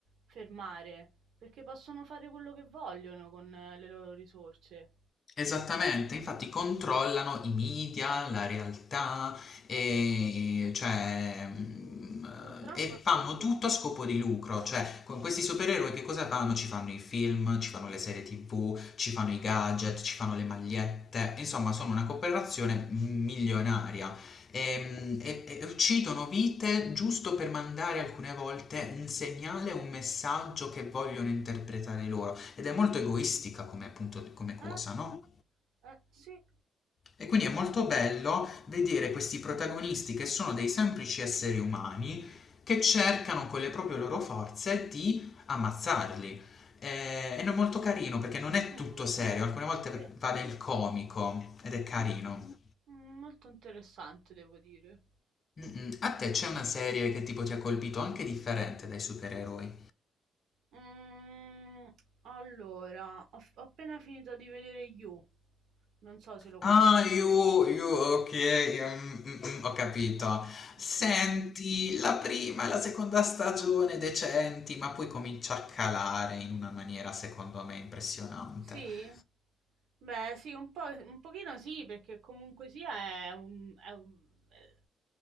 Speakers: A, on the right; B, on the left.
A: fermare, perché possono fare quello che vogliono con eh, le loro risorse.
B: Esattamente, infatti controllano i media, la realtà e,
A: Eh sì,
B: cioè, mm,
A: purtroppo
B: e
A: è
B: fanno
A: così.
B: tutto a scopo di lucro, cioè con questi supereroi che cosa fanno? Ci fanno i film, ci fanno le serie TV, ci fanno
A: Eh,
B: i gadget, ci fanno le magliette, insomma sono una cooperazione milionaria. E, e- e uccidono vite giusto per mandare alcune volte un segnale, un messaggio che vogliono interpretare loro ed è molto egoistica come, appunto, come cosa,
A: eh,
B: no?
A: eh, sì.
B: E quindi è molto bello vedere questi protagonisti che sono dei semplici esseri umani che cercano con le proprie loro forze di ammazzarli. Eh, Ed è no, molto carino perché non è
A: Mm,
B: tutto serio, alcune volte
A: sì.
B: va nel comico ed è carino.
A: Mm, mm, molto interessante, devo dire.
B: Mm-mm. A te c'è una serie che tipo ti ha colpito anche differente dai supereroi?
A: Mhmm, allora, ho f ho appena finito di vedere You. Non so se lo
B: Ah,
A: conosci.
B: you, you, ok, mm, mm, mm, ho capito.
A: <laughs>
B: Senti, la prima e la seconda stagione decenti, ma poi comincia a calare in una maniera secondo me impressionante.
A: Sì? Beh, sì, un po' un pochino sì, perché comunque sia è un è un eh,